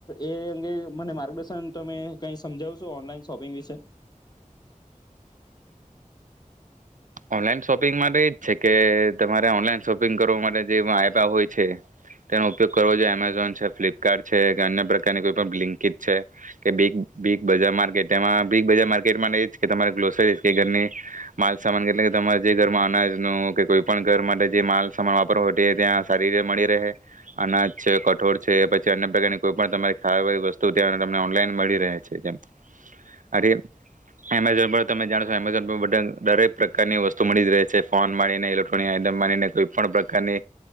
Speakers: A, on the left; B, on the right.
A: એ અંગે મને માર્ગદર્શન તમે કઈ સમજાવશો ઓનલાઈન શોપિંગ વિશે.
B: ઓનલાઈન શોપિંગ માટે એજ છે કે તમારે ઓનલાઈન શોપિંગ કરવા માટે જે એપ હોય છે, તેનો ઉપયોગ કરવો જોઈએ એમેઝોન છે ફ્લિપકાર્ટ છે કે અન્ય પ્રકારની કોઈ પણ લિકજ છે, કે બિગ બજાર માર્કેટ એમાં બિગ બજાર માર્કેટ માટે એજ કે તમારે ગ્લોસરી કે ઘરની, માલ ટ કે તમારે જે ઘરમાં અનાજનું કે કોઈ પણ ઘર માટે જે માલ સમાન વાપરવો હો ત્યાં સારી રીતે મળી રહે, અનાજ છે કઠોળ છે પછી અન્ય પ્રકારની કોઈ પણ તમા ખાવા વસ્તુ ત્યાં તમને ઓનલાઈન મળી રહે છે એમ, આથી એમેઝોન પર તમે જાણો છો એમેઝોન પર બધા દરેક પ્રકારની વસ્તુ મળી જ રહે છે ફોન માનીને ઇલેક્ટ્રોનિક આઈટમ માનીને કોઈ પણ પ્રકારની,